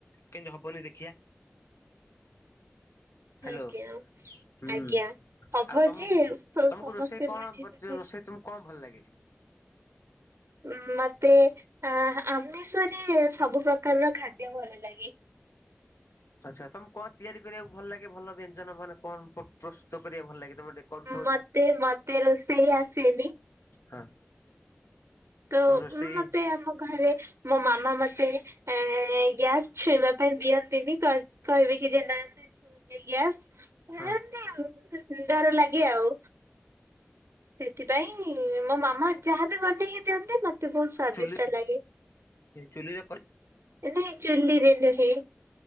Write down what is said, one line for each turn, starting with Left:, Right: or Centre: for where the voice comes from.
Left: କେମତି ହବନି ଦେଖିଆ। ହ୍ୟାଲୋ
Right: ଆଜ୍ଞା
Left: ହୁଁ
Right: ଆଜ୍ଞା ହବ
Left: ଆଉ ତମକୁ
Right: ଯେ ସମସ୍ତେ
Left: ତମକୁ ରୋଷେଇ କଣ
Right: ବୁଝିବେ।
Left: ଯୋ ରୋଷେଇ ତୁମକୁ କଣ ଭଲ ଲାଗେ।
Right: ଉ ମତେ ଆମିଷରେ ସବୁ ପ୍ରକାରର ଖାଦ୍ୟ ଭଲ ଲାଗେ।
Left: ଆଛା ତମେ କଣ ତିଆରି କରିବାକୁ ଭଲ ଲାଗେ ଭଲ ବ୍ୟଞ୍ଜନ ମାନେ କଣ କ ପ୍ର ସ୍ତୁତ କରିବାକୁ ଭଲ ଲାଗେ ତମେ ଟେ କରୁଥିବ
Right: ମତେ ମତେ ରୋଷେଇ ଆସେନି
Left: ହଁ।
Right: ତ
Left: ରୋଷେଇ
Right: ମତେ ଆମ ଘରେ ମୋ ମାମା ମତେ ଏ ଗ୍ୟାସ୍ ଛୁଇଁବା ପାଇଁ ଦିଅନ୍ତିନି କହ କହିବେ କି ଯେ ନା <unintelligible>
Left: ହଁ
Right: ଡର ଲାଗେ ଆଉ ସେଥିପାଇଁ ମୋ ମାମା ଯାହାବି ବନେଇ ଦିଅନ୍ତି ମତେ ବହୁତ ସ୍ଵାଦିଷ୍ଟ
Left: ଚୁଲି
Right: ଲାଗେ।
Left: ଚୁଲିରେ
Right: ଏ ନାଇଁ ଚୁଲିରେ ନୁହେଁ।